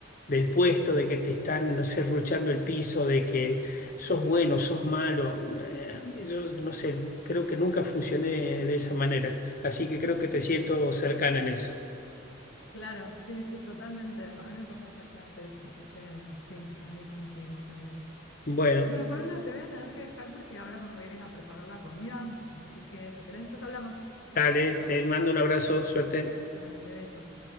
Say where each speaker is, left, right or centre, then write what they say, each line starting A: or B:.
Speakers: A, on the left; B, on the left.
A: del puesto, de que te están, no sé, ruchando el piso, de que sos bueno, sos malo. eh, yo no sé, creo que nunca funcioné de esa manera. Así que creo que te siento cercana en eso.
B: claro, sí, sí, totalmente. A mí me pasa exactamente eso, así que sí, ahí coincidimos también.
A: Bueno,
B: Bueno, Pablo, te voy a tener que dejar porque ahora me voy a ir a preparar la comida, así que si querés después hablamos.
A: dale, te mando un abrazo, suerte.
B: Dale, besos.